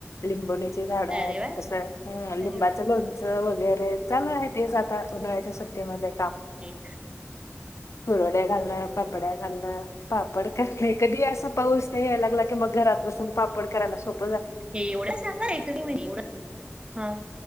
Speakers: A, on the left; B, on the right.
A: लिंबूनी झाड आहेत
B: अरे वा
A: असं लिंबाच
B: अरे वा
A: लोणच. वगैरे चालू आहेच आता उन्हाळ्याच्या सुट्टीमध्ये
B: ते.
A: कुरड्या घालण पापड्या घालण पापड करणे कधी असा पाऊस नाही यायला लागला की मग घरात बसून पापड करायला सोप.
B: हे एवढं सांगा लाय तुम्ही एवढ ह